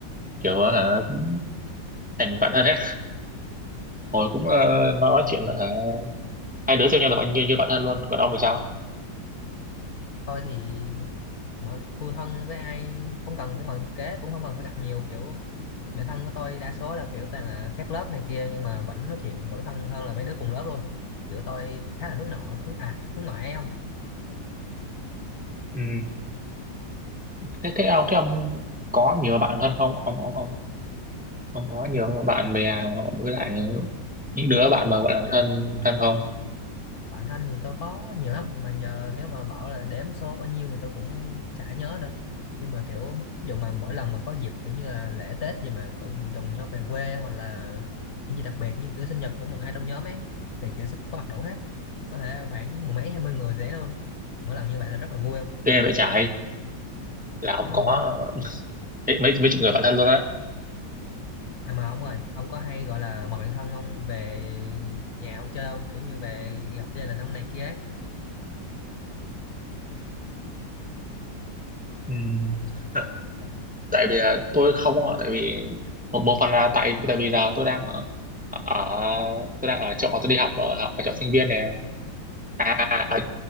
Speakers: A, in the centre; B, on the left.
A: kiểu ờ, hả cũng thành bạn thân hết hồi cũng ờ, nói chuyện ờ, hả hai đứa xem nhau là bạn như như bạn thân luôn còn ông thì sao
B: tôi thì mọi tôi thân với ai không cần phải ngồi kế cũng không cần phải gặp nhiều kiểu bạn thân của tôi đa số là kiểu toàn là khác lớp này kia nhưng mà vẫn nói chuyện vẫn thân hơn là mấy đứa cùng lớp luôn kiểu tôi khá là hướng nội hướng à hướng ngoại ấy không
A: ừ. thế thế ông thế ông có nhiều bạn thân không ông ông ông ông có nhiều bạn bè hoặc với lại những đứa bạn mà gọi là thân thân không
B: bạn thân thì tôi có nhiều lắm mà giờ nếu mà bảo là đếm số bao nhiêu thì tôi cũng chả nhớ nữa nhưng mà kiểu ví dụ mà mỗi lần mà có dịp kiểu như là lễ Tết gì mà cũng cùng nhau về quê hoặc là những gì đặc biệt như kiểu sinh nhật của một ai trong nhóm ấy thì kiểu sẽ có mặt đủ hết có thể khoảng mười mấy hai mươi người dễ luôn mỗi lần như vậy là rất là vui không
A: ghê vậy trái là ông
B: đúng
A: có
B: rồi
A: mấy mấy mấy chục người bạn thân luôn á
B: À mà ông ơi, ông có hay gọi là mời bạn thân ông về nhà ông chơi không? Kiểu như về gặp gia đình ông này kia ấy.
A: ừ. <laughs> tại vì là tôi không ông ạ tại vì một, một phần là tại tại vì giờ tôi đang ở, ở tôi đang ở chỗ tôi đi học ở, học ở chỗ sinh viên nè à, à,